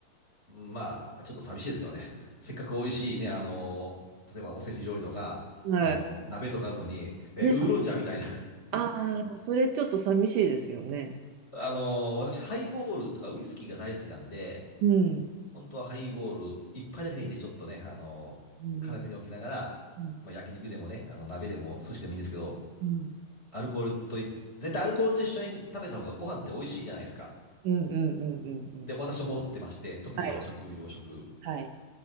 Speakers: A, on the left (about 20°); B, on the right (about 75°).
A: まあ、ちょっと寂しいですけどね。<laughs> せっかく美味しいね、あの、例えばおせち料理とか、
B: <laughs> はい。
A: あの、鍋とかあるのに、え、
B: ね。
A: ウーロン茶みたいな。<laughs>
B: ああー、それちょっと寂しいですよね。
A: あの、私、ハイボールとかウイスキーが大好きなんで、
B: うん。
A: 本当はハイボール一杯だけでいいんで、ちょっとね、あの、
B: うん。
A: 片手に置きながら、
B: うん。
A: まあ、焼肉でもね、あの、鍋でも寿司でもいいんですけど、
B: うん
A: アルコールとい、絶対アルコールと一緒に食べた方がご飯って美味しいじゃないですか。
B: うんうんうんうんうん。
A: って私思ってまして、特に和食、
B: はい。
A: 洋食。
B: はい。